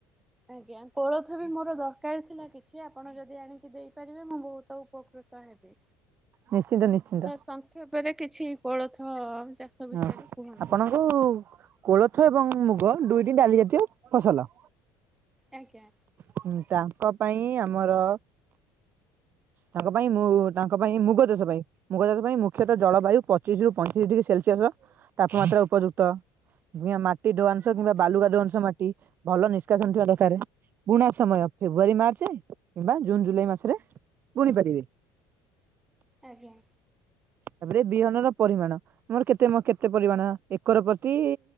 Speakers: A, in the centre; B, on the right.
A: ଆଜ୍ଞା କୋଳଥ ବି ମୋର ଦର ସିଲା କିଛି ଆପଣ ଯଦି ଆଣିକି ଦେଇପାରିବେ ମୁଁ ବହୁତ ଉପକୃତ ହେବି
B: ନିଶ୍ଚିନ୍ତ ନିଶ୍ଚିନ୍ତ
A: ତା ସଂକ୍ଷେପରେ କିଛି କୋଳଥ ଚାଷ ବିଷୟରେ
B: ହଁ
A: କୁହନ୍ତୁ।
B: ଆପଣଙ୍କୁ କୋଳଥ ଏବଂ ମୁଗ ଦୁଇ ଟି ଡାଲି ଜାତୀୟ ଫସଲ
A: ଆଞା।
B: ହୁଁ ତାଙ୍କ ପାଇଁ ଆମର ତାଙ୍କ ପାଇଁ ମୁଁ ତାଙ୍କ ପାଇଁ ମୁଗ ଦେଶ ପାଇଁ ମୁଗଦେଶ ପାଇଁ ମୁଖ୍ୟତଃ ଜଳବାୟୁ ପଚିଶ ରୁ ପଇଁତିରିଶ ଡିଗ୍ରୀ ସେଲସିଅସ ତାପମାତ୍ରା ଉପଯୁକ୍ତ କି ମାଟି ଦବାଂଶ କିମ୍ବା ବାଲୁକାା ଦଂଶ ମାଟି ଭଲ ନିଷ୍କାସନ ଥିବା ଦକାରେ ପୁଣା ସମୟ ଫେବୃଆାରୀ ମାର୍ଚ୍ଚ କିମ୍ବା ଜୁନ ଜୁଲାଇ ମାସରେ ପୁଣିପାରିବେ
A: ଆଜ୍ଞା।
B: ତାପରେ ବିହନ ର ପରିମାଣ ଆମର କେତେ କେତେ ପରିମାଣ ଏକର ପ୍ରତି